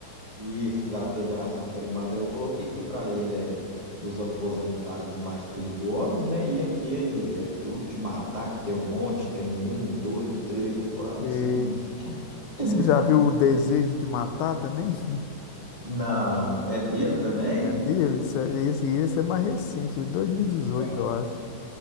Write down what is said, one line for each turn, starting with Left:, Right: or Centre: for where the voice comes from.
Right: e esses atores de ação carimbado, aí eu coloquei aqui para ele é dos aposentados e mais perigosos, né? E aquele é duro de matar que tem um monte, tem um, dois, três, quatro,
Left: E
Right: cinco. <laughs>
Left: você já viu O Desejo de Matar também? <laughs>
Right: Não, é dele também?
Left: É dele? Isso é- Esse, esse é mais recente, de 2018,
Right: Ué,
Left: eu acho.